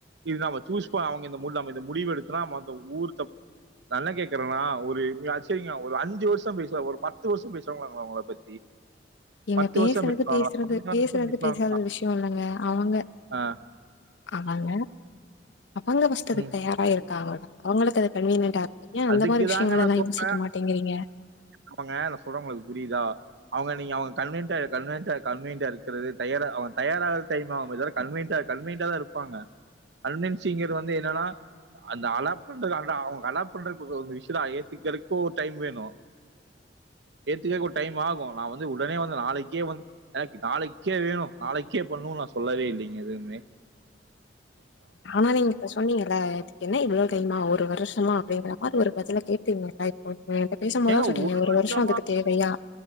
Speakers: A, on the right; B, on the left.
A: இது நம்ம சூஸ் போ அவங்க இந்த நம்ம இந்த முடிவு எடுத்தனா அந்த ஊரு தப் நா என்ன கேக்குறேனா ஒரு சரிங்க ஒரு அஞ்சு வருஷ பேசுவ ஒரு பத்து வருஷ பேசவாங்களாங்களா உங்கள பத்தி
B: ஏங்க
A: பத்து
B: பேசுறது
A: வருஷம் பேசுவாங்களா
B: பேசுறது
A: பதினஞ்சு வருஷம்
B: பேசுறது
A: பேசுவாங்களா
B: பேசாத விஷய இல்லங்க அவங்க
A: ஆ,
B: ஆமாங்க அவங்க ஃபர்ஸ்ட்டு அதுக்கு
A: ம்.
B: தயாரா இருக்காங்களா அவங்களுக்கு அது கன்வீனியன்டா ஏ
A: அதுக்கு
B: அந்த மாதிரி விஷயங்கள
A: தாங்க நான்
B: எல்லா
A: சொல்றேன்
B: யோசிக்க மாட்டேங்கிறீங்க
A: அவங்க நா சொல்ற உங்களுக்கு புரியுதா அவங்க நீங்க அவங்க கன்வெய்ன்ட்டா கன்வெய்ன்ட்டா கன்வெய்ன்ட்டா இருக்கறது தயாரா அவங் தயாரா ஆவ்றது தெரிமா கன்வெய்ன்ட்டா கன்வெய்ன்டாதா இருப்பாங்க கன்வென்சிங்றது வந்து என்னன்னா அந்த அலாப் ன்றது அந்த அவங் அலாப் பண்றது ஒரு யுஷ்லா ஏத்துக்கிறதுக்கு ஒரு டைம் வேணு ஏத்துக்க ஒரு டைம் ஆகு நா வந்து உடனே வந்து நாளைக்கே வந் எனக்கு நாளைக்கே வேணு நாளைக்கே பண்ணு நா சொல்லவே இல்லைங்க எதுவ்மே
B: ஆனா நீங்க இப்ப சொன்னீங்கல்ல ஏத்க் என்ன இவ்ளோ டைம்மா ஒரு வருஷமா அப்படிங்கிற மாதிரி ஒரு பதில கேட்டீங்கல்ல இப்போமே இப்ப பேசும்போது
A: ஏங்க
B: தா சொன்னீங்க ஒரு
A: வருஷமா
B: வருஷ அதுக்கு தேவையா